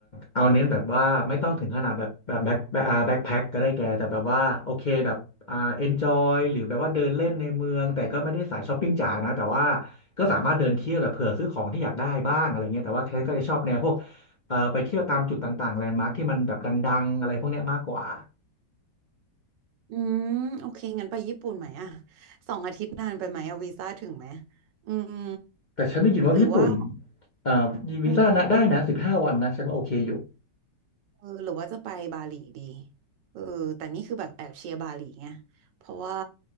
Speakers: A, on the left; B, on the right.
A: เอาเน้นแบบว่าไม่ต้องถึงขนาดแบบแบบแบ็คแบ็คอ่าแบ็คแพ็คก็ได้แกแต่แบบว่าโอเคแบบอ่าเอนจอยหรือแบบว่าเดินเล่นในเมืองแต่ก็ไม่ได้สายช้อปปิ้งจ๋านะแต่ว่าก็สามารถเดินเที่ยวแบบเผื่อซื้อของที่อยากได้บ้างอะไรเงี้ยแต่ว่าเทนก็จะชอบแนวพวกเอ่อไปเที่ยวตามจุดต่างๆแลนด์มาร์คที่มันแบบดังๆอะไรพวกเนี้ยมากกว่า
B: อืมโอเคงั้นไปญี่ปุ่นไหมอะสองอาทิตย์นานไปไหมอะวีซ่าถึงไหมอืม
A: แต่ฉันได้ยินว่าญี่ปุ่น
B: หรือว่า
A: เอ่อ
B: อืม
A: วีซ่านะได้นะสิบห้าวันนะฉันว่าโอเคอยู่
B: เออหรือว่าจะไปบาหลีดีเออแต่นี่คือแบบแอบเชียร์บาหลีไงเพราะว่า